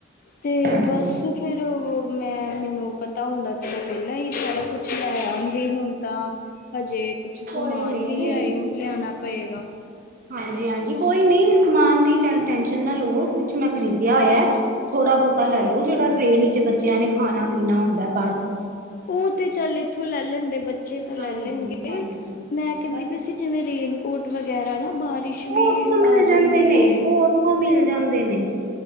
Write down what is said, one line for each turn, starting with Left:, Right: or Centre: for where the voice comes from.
Left: ਤੇ
Right: ਹਾਂਜੀ
Left: ਬਸ ਫਿਰ ਤੇ, ਮੈਂ ਮੈਨੂੰ ਪਤਾ ਹੁੰਦਾ ਤੇ, ਮੈਂ ਪਹਿਲਾਂ ਈ ਸਾਰਾ ਕੁਛ ਲੈ ਆਂਉਦੀ ਹੁਣ ਤਾਂ। ਹਜੇ, ਕੁਛ
Right: ਕੋਈ
Left: ਸਮਾਨ
Right: ਨੀ
Left: ਵੀ ਲਿਆਈ, ਲਿਆਣਾ ਪਇਗਾ।
Right: ਹਾਂਜੀ-ਹਾਂਜੀ, ਕੋਈ ਨਈ ਸਮਾਨ ਦੀ ਟੈੰਸ਼ਨ ਨਾ ਲਵੋ, ਕੁਛ ਮੈਂ ਖ਼ਰੀਦਿਆ ਹੋਇਆ। ਥੋੜਾ-ਬਹੁਤਾ ਲੈਲੋ, ਜਿਹੜਾ ਟ੍ਰੇਨ ਵਿਚ ਬੱਚਿਆਂ ਨੇ ਖਾਣਾ-ਪੀਣਾ ਹੁੰਦਾ, ਬੱਸ।
Left: ਉਹ ਤੇ ਚੱਲ ਇੱਥੋਂ ਲੈ ਲੈਂਦੇ ਬੱਚੇ, ਤਾਂ ਲੈ
Right: ਹਾਂਜੀ
Left: ਲੈਣਗੇ।
Right: ਹਾਂਜੀ
Left: 'ਮੈਂ'ਕਹਿੰਦੀ
Right: ਬਸ
Left: ਪੀ ਸੀ, ਜਿਵੇਂ ਰੇਨਕੋਟ ਵਗੈਰਾ ਨਾ, ਬਾਰਿਸ਼
Right: ਓਹ
Left: ਵੀ
Right: ਉੱਥੋਂ ਮਿਲ
Left: ਆ ਜਾਂਦੀ
Right: ਜਾਂਦੇ ਨੇ,
Left: ਏ।
Right: ਉਹ ਉੱਥੋਂ ਮਿਲ ਜਾਂਦੇ ਨੇ।